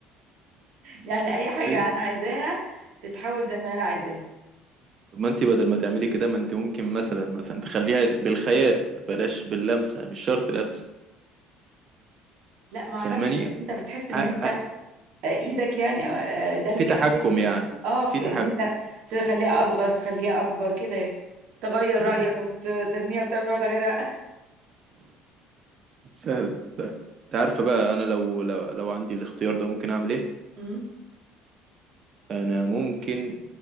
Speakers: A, on the right; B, on the right.
A: يعني اي حاجه
B: إيه؟
A: انا عايزاها تتحول زي ما انا عايزاها
B: طب ما انت بدل ما تعملي كده ما انت ممكن مثلا مثلا تخليها بالخيال بلاش باللمسة مش شرط لمسة
A: لا ما اعرفش
B: فاهماني
A: بس انت بتحس ان
B: ع-
A: انت
B: ع-
A: آه، ايدك يعني آه، آه، ده اللي
B: في
A: جاب
B: تحكم
A: ذهني
B: يعني
A: اه في
B: في تحكم
A: ان انت تخليها اصغر تخليها اكبر كده يعني تغير
B: امم
A: رايك وترميها وتعمل واحده غيرها
B: سهل سهل انت عارفة بقى انا لو لو لو عندي الاختيار ده ممكن اعمل ايه
A: امم
B: انا ممكن